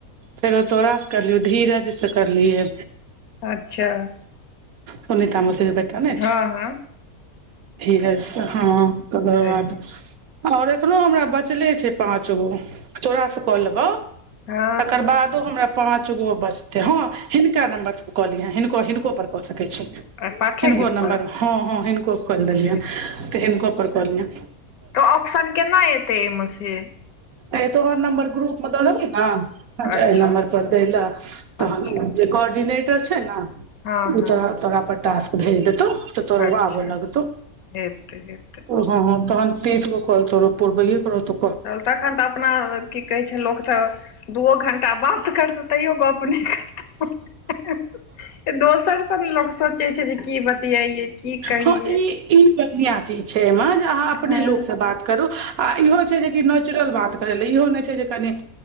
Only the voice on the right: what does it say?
फेर तोड़ास से करलियौ धीरज से करलियऐ
पुनीता मौसी बेटा ने
धीरज हँ तकर
बाद और एखनो हमरा बचले छै पाॅंच गो तोराास से कऽ लेबौ
तकर बाद त हमरा पाँच गो बचते हँ हिनका नंबर पर कऽ लिय हिनको हिनको पर कऽ सकैत छी
हिनको
नम्बर
हँ हँ हिनको खोलि देलियनि
तऽ हिनकोपर कहलियनि
ए तोहर नम्बर ग्रुप मे द देबौ ने
एहि नम्बर पर दै लए
तहन जे कोर्डिनेटर छै ने ओ
तऽ तोरा पता सँ भेज देतौ तोर
आब लगतौ
ओ हँ तहन तिस गो कॉल तोरो पुरबए पर तो
हँ ई ई बढ़िआँ चीज छै एहिमे जे अहाँ अपने
लोकसँ बात करू आ इहो छै जे कि नेचुरल बात करय लए इहो नहि छै जे कनि